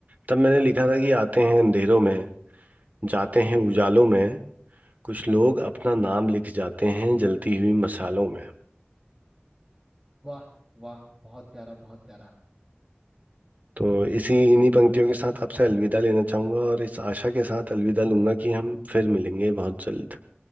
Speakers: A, on the right; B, on the right.
A: तब मैंने लिखा था कि आते हैं अंधेरों में जाते हैं उजालों में कुछ लोग अपना नाम लिख जाते हैं जलती हुई मशालों में
B: वाह वाह बहुत प्यारा बहुत प्यारा
A: तो इसी इन्हीं पंक्तियों के साथ आपसे अलविदा लेना चाहूंगा और इस आशा के साथ अलविदा लूंगा कि हम फिर मिलेंगे बहुत जल्द